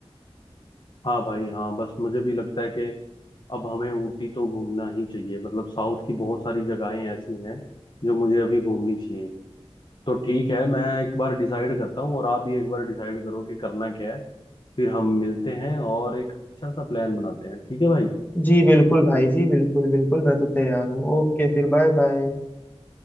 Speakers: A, on the left (about 50°); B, on the left (about 15°).
A: हाँ भाई हाँ बस मुझे भी लगता है कि अब हमें ऊटी तो घूमना ही चाहिए मतलब साउथ की बहुत सारी जगहें ऐसी हैं जो मुझे अभी घूमनी चाहिए तो ठीक है मैं एक बार डिसाइड करता हूँ और आप भी एक बार डिसाइड करो कि करना क्या है फिर हम मिलते हैं और एक अच्छा सा प्लान बनाते हैं ठीक है भाई
B: जी बिल्कुल भाई जी बिल्कुल बिल्कुल मैं तो तैयार हूँ ओके फिर बाय बाय